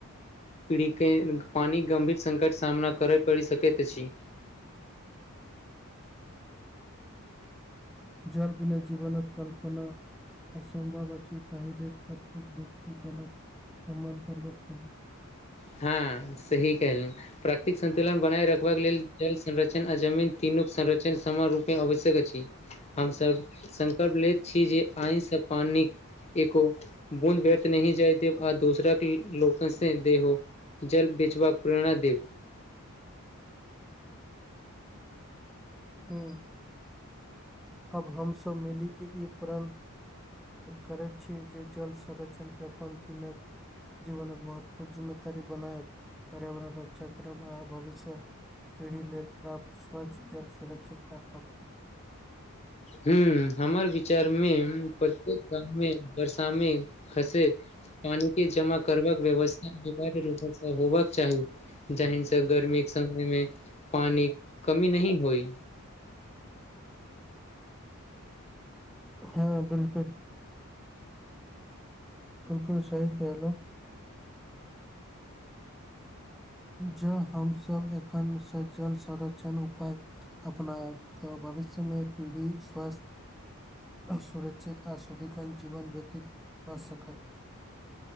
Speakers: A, on the left (about 30°); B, in the centre.
A: पीढ़ी केँ पानी केँ गम्भीर संकट सामना करै पड़ी सकैत अछि।
B: जल बीना जीवन कल्पना असम्भव अछि तहि लेल प्रत्येक व्यक्ति जल कऽ सम्मान करबाक चाही।
A: हँ सही कहलहु प्राकृतिक संन्तुलन बनाए रखबाक लेल जल संरक्षण आ जमीन तीनूक संरक्षण समान रूपमे आवश्यक अछि। हम सभ संकल्प लेैत छी जे आइ स पानी कऽ एक हो बूंद बर्थ नहीं जाय देब आ दूसरा लोक से दे हो जल बेचबाक प्रेरणा देब
B: <unintelligible> अब हम सब मिली केँ ई प्रण करैत छी जे जल संरक्षण के अपन दिनक जीवन महत्वपूर्ण जिम्मेदी दारी बंनायब पर्यावरण रक्षा करब आ भविष्य पीढ़ी लेल प्राप्त स्वच्छ जल सुरक्षित राखब
A: हुं हमर विचार मे प्रत्येक गाव मे बर्सा मे खसै पानी के जमा करबाक व्यवस्था अनिवार्य रूप होबके चाही जाहिन से गर्मीक के समय मे पानी कमी न होइ
B: ठीक छै <unintelligible> हँ बिलकुल बिलकुल सही कहलहुँ ज हमस एखनसँ जल संरक्षण उपाय अपना तऽ भविष्य मे पीढ़ी स्वस्थ सुरक्षित आ शुद्धिकंत जीवन व्यतीत कय सकैत